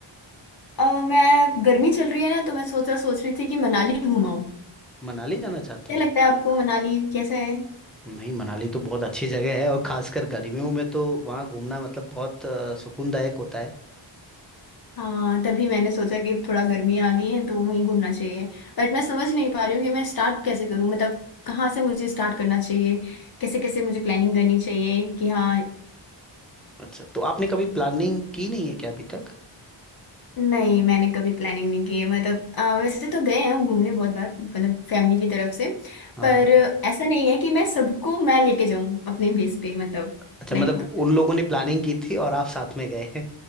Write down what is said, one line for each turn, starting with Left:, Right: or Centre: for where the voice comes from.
Left: अ, मैं गर्मी चल रही है ना तो मैं सोचा सोच रही थी कि मनाली घुमाऊँ
Centre: मनाली जाना चाहते
Left: क्या
Centre: हैं
Left: लगता है आपको मनाली कैसा है
Centre: नहीं मनाली तो बहुत अच्छी जगह है और खासकर गर्मियों में तो वहाँ घूमना मतलब बहुत अ, सुकूनदायक होता है
Left: हाँ तभी मैंने सोचा कि थोड़ा गर्मी आ गई है तो वहीं घूमना चाहिए बट मैं समझ नहीं पा रही हूँ कि मैं स्टार्ट कैसे करूँ मतलब कहाँ से मुझे स्टार्ट करना चाहिए कैसे कैसे मुझे प्लानिंग करनी चाहिए कि हाँ
Centre: अच्छा तो आपने कभी प्लानिंग की नहीं है क्या अभी तक
Left: नहीं मैंने कभी प्लानिंग नहीं की है मतलब अ, वैसे तो गए हैं घूमने बहुत बार मतलब फैमिली की तरफ से
Centre: हाँ
Left: पर ऐसा नहीं है कि मैं सबको मैं लेके जाऊं अपने बेस पे मतलब
Centre: अच्छा
Left: लाइक
Centre: मतलब उन लोगों ने प्लानिंग की थी और आप साथ में गए हैं